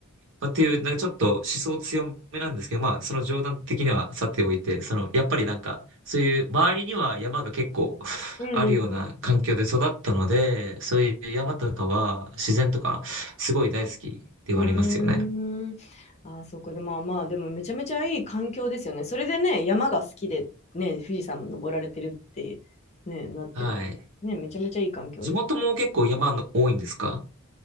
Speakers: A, on the right; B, on the left.
A: まあ、っていう、なんかちょっと思想強めなんですけど、まあ、その冗談的にはさておいて、その、やっぱりなんか、そういう周りには山が結構 <laughs>
B: うんうん
A: あるような環境で育ったので、そういう山とかは自然とかすごい大好きではありますよね。
B: うん。うーん。ああ、そうか。でもまあまあ、でもめちゃめちゃいい環境ですよね。それでね、山が好きで、ね、富士山も登られてるって、ね、なってる。
A: はい。
B: ね、めちゃめちゃいい環境です。
A: 地元も結構山の多いんですか